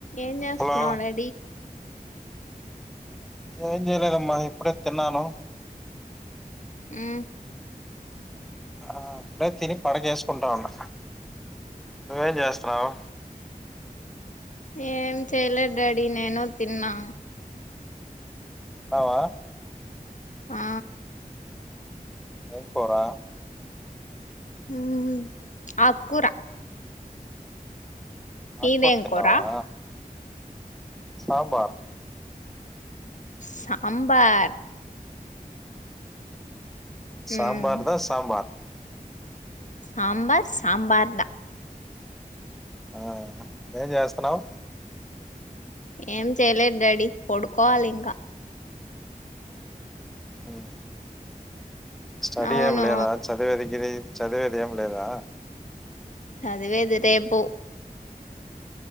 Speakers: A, on the left; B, in the centre.
A: ఏం చేస్తున్నావు
B: హలో
A: డాడీ
B: ఏం చేయలేదమ్మా ఇప్పుడే తిన్నాను
A: ఆ
B: ఆ అప్పుడే తిని పడకేసుకుంటా ఉన్న నువ్వేం చేస్తున్నావు
A: ఏం చెయలేదు డాడీ నేను తిన్నా
B: ఉన్నావా
A: ఆ
B: ఏం కూరా
A: హ్మ్ హు ఆక్ కూర
B: ఆకుర్
A: ఇదేం
B: తిన్నావా
A: కూర
B: సాంబార్
A: సాంబార్ మ్మ్
B: సాంబార్దా సాంబార్
A: సాంబార్ సాంబార్దా
B: ఆ ఏం చేస్తున్నావు
A: ఏం చేయలేద్ డాడీ పడుకోవాలి ఇంకా
B: హ్మ్ స్టడి
A: అవును
B: ఏం లేదా చదివెదిగిరి చదివేదేం లేదా
A: చదివేది రేపు